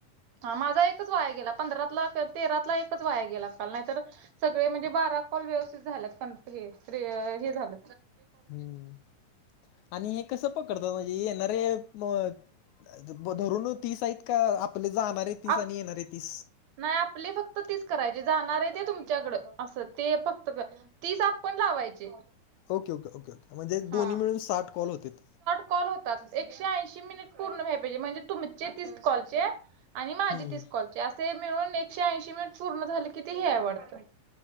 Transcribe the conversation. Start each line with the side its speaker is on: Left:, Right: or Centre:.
Right: हा माझा एकच वाया गेला पंधरातला तेरातला एकच वाया गेला काल नाहीर सगळे म्हणजे बारा सर्व कॉल व्यवस्थित झालेत कंप्लेंट ते हे झालं
Left: हम्म आणि हे कसं पकडतात म्हणजे येणारे मग धरून तीस आहेत का आपले जाणार आहे तीस
Right: आप
Left: आणि येणारे तीस
Right: नाही आपली फक्त तीच करायची जाणार आहे ते तुमच्याकडं असं ते फक्त तीस आपन लावायचे
Left: ओके ओके ओके ओके म्हणजे
Right: हा
Left: दोन्ही मिळून साठ कॉल होतील.
Right: कॉल होतात एकशे ऐशी मिनिट पूर्णजे म्हणजे तुमचे तीस कॉलचे आणि माझी
Left: हम्म
Right: तीस कॉलचे असे मिळून एकशे ऐंशी मिनिट पूर्ण झाले किती हे आहे वाटतं.